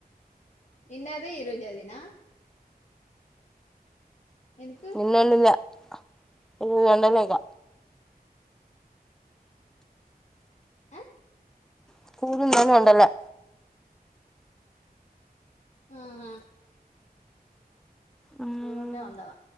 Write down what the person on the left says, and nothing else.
నిన్న అదే ఈరోజు అదేనా. ఎందుకు
ఆ
ఆహా
కూర ఉంటే వండావా.